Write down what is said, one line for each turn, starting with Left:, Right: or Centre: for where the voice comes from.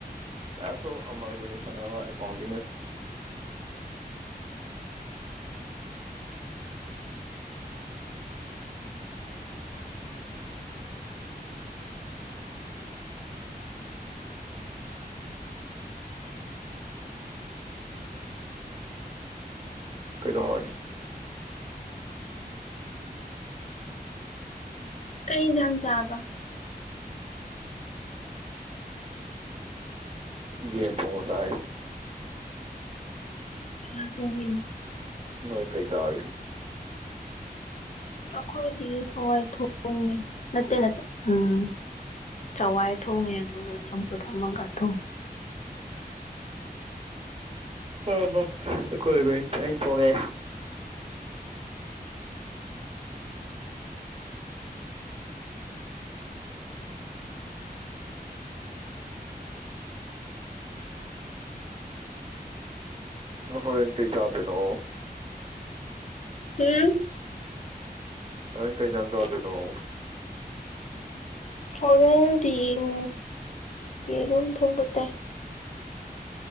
Right: ꯇꯥꯏꯞꯁ ꯑꯣꯐ ꯑꯃꯥꯜꯒꯃꯦꯁꯜ ꯆꯥꯅꯕ ꯑꯦꯀꯥꯎꯟꯇꯤ ꯀꯩꯗꯧꯔꯤ
Left: ꯀꯩꯖꯥꯡ ꯆꯥꯕ
Right: ꯌꯦꯟ ꯊꯣꯡꯉꯥ ꯆꯥꯏꯌꯦ
Left: ꯀꯅꯥꯅ ꯊꯣꯡꯉꯤꯅꯣ
Right: ꯅꯣꯏ ꯀꯩꯆꯥꯔꯒꯦ
Left: ꯑꯩꯈꯣꯏꯗꯤ ꯍꯋꯥꯏ ꯊꯣꯡꯉꯦ ꯅꯠꯇꯦ ꯅꯠꯇꯦ ꯎꯝ ꯆꯋꯥꯏ ꯊꯣꯡꯉꯦ ꯑꯗꯨꯒ ꯆꯝꯐꯨꯠ ꯑꯃꯒ ꯊꯣꯡꯉꯦ
Right: ꯍꯝ ꯍ ꯑꯩꯈꯣꯏꯒꯤ ꯑꯩꯅ ꯊꯣꯡꯉꯦ ꯍꯣꯏꯅ ꯀꯩ ꯆꯥꯗꯅꯣ
Left: ꯍꯝ
Right: ꯍꫭꯔꯦꯟ ꯀꯩ ꯏꯟꯖꯥꯡ ꯆꯥꯗꯨꯅꫭ
Left: ꯍꫭꯔꯦꯟꯗꯤ ꯎꯝ ꯌꯦꯔꯨꯝ ꯊꫭ ꯊꯣꯡꯕ ꯇꯥꯏ